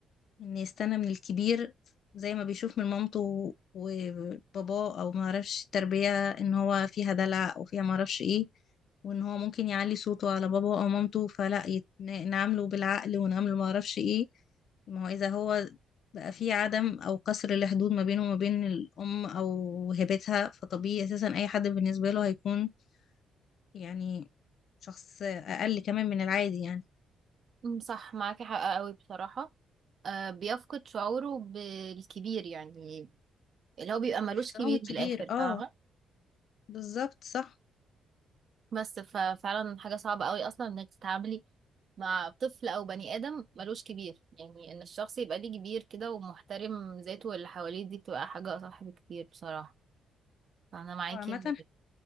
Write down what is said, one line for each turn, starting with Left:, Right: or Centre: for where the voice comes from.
Left: ان يستنى من الكبير زي ما بيشوف من مامته وباباه او ما اعرفش التربية ان هو فيها دلع او فيها ما اعرفش ايه وان هو ممكن يعلي صوته على باباه او مامته فلا يت- نعامله بالعقل ونعامله ما اعرفش ايه ما هو اذا هو بقى في عدم او كسر الحدود ما بينه وما بين الام او هبتها فطبيعي اساسا اي حد بالنسبة له هيكون يعني شخص اقل كمان من العادي يعني
Right: أمم، صح معاكي حق قوي بصراحة آه بيفقد شعوره بالكبير يعني اللي هو بيبقى ملوش
Left: باحترام
Right: كبير
Left: الكبير
Right: من الآخر
Left: اه
Right: فاهمة
Left: بالظبط صح
Right: بس ففعلا حاجة صعبة قوي أصلا إنك تتعاملي مع طفل أو بني آدم ملوش كبير يعني إن الشخص يبقى ليه كبير كده ومحترم ذاته واللي حواليه دي بتبقى حاجة أصح بكتير بصراحة فأنا معاكي
Left: عامة